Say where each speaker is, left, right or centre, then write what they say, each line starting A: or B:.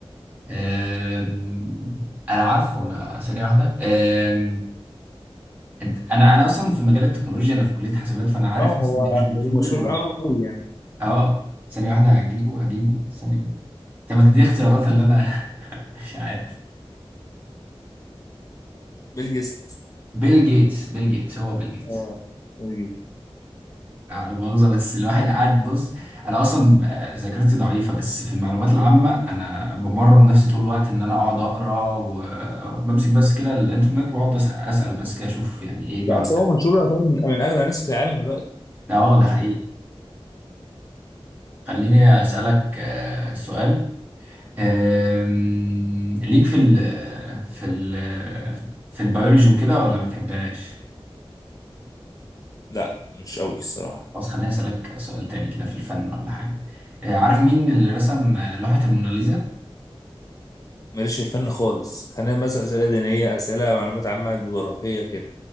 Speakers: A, on the right; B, on the left.
A: أم... انا عارفه انا ثانيه واحده أم... انت... انا انا اصلا في مجال التكنولوجيا انا في كليه حسابات فانا عارف
B: اه
A: اصلا
B: هو
A: انت
B: هو
A: مش المفروض من...
B: مشهور قوي يعني
A: اه ثانيه واحده هجيبه هجيبه ثانيه طب ما تديني اختيارات اللي انا <laughs> مش عارف
B: بيل جيتس
A: بيل جيتس بيل جيتس هو بيل جيتس
B: اه بيل جيتس
A: مؤاخذة بس الواحد قاعد بص أنا أصلا آه، ذاكرتي ضعيفة بس في المعلومات العامة أنا بمرن نفسي طول الوقت إن أنا أقعد أقرأ وبمسك بس كده الإنترنت وأقعد أس- أسأل بس كده أشوف يعني إيه المعلومات
B: لا اصل هو مشهور يعتبر من من اغنى الناس في العالم دلوقتي
A: ده أه
B: فاهم قصدي؟
A: ده حقيقي خليني أسألك آه، سؤال آم، ليك في ال في ال في البيولوجي وكده ولا ما بتحبهاش؟
B: لا مش قوي الصراحة
A: خلاص خليني أسألك سؤال تاني كده في الفن ولا حاجة آه، عارف مين اللي رسم آه، لوحة الموناليزا؟
B: ماليش في الفن خالص خلينا بس اسئلة دينية اسئلة معلومات عامة جغرافية كده